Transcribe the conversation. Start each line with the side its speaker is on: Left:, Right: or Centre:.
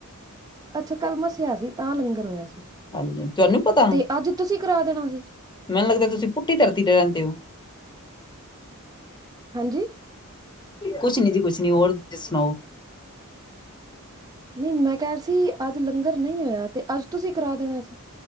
Right: ਅੱਛਾ, ਕੱਲ ਮੱਸਿਆ ਸੀ। ਤਾਂ ਲੰਗਰ ਹੋਇਆ ਸੀ,
Left: ਹਾਂਜੀ ਤੁਹਾਨੂੰ ਪਤਾ
Right: ਤੇ ਅੱਜ ਤੁਸੀ ਕਰਾ ਦੇਣਾ ਸੀ।
Left: ਮੈਨੂੰ ਲੱਗਦਾ ਤੁਸੀ ਪੁੱਠੀ ਧਰਤੀ ਤੇ ਰਹਿੰਦੇ ਹੋ।
Right: ਹਾਂਜੀ
Left: ਕੁਛ ਨੀ ਜੀ ਕੁਛ ਨੀ ਹੋਰ ਤੁਸੀ ਸੁਣਾਓ।
Right: ਨਹੀਂ ਮੈਂ ਕਹਿਹਾ ਸੀ, ਅੱਜ ਲੰਗਰ ਨਹੀਂ ਹੋਇਆ? ਤੇ ਅੱਜ ਤੁਸੀਂ ਕਰਾ ਦੇਣਾ ਸੀ,